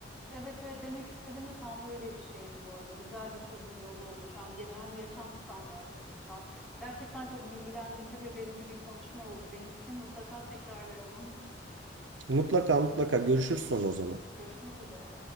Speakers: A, in the centre; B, on the right.
A: Evet evet demek istediğim de tam öyle bir şeydi bu arada. Güzel bir çözüm yolu olur. Hem genel hem yaşam standartı açısından. Gerçekten çok bilgilendirici ve verimli bir konuşma oldu benim için. Mutlaka tekrarlayalım.
B: Mutlaka mutlaka görüşürüz sonra o zaman.
A: Görüşmek üzere.